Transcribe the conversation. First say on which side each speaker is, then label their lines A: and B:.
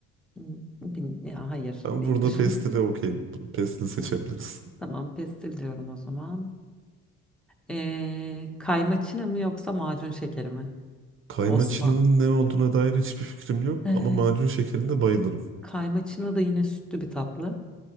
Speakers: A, in the centre; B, on the right.
A: Hmm, bil- Ya hayır
B: Ben
A: değildir.
B: burada pestile
A: <laughs>
B: okeyim. Pestil seçebiliriz.
A: Tamam pestil diyorum o zaman. Ee, kaymaçına mı yoksa macun şekeri mi?
B: Kaymaçının
A: Osman.
B: ne olduğuna dair hiçbir fikrim yok
A: Ee,
B: ama macun şekerinde bayılırım.
A: Kaymaçına da yine sütlü bir tatlı.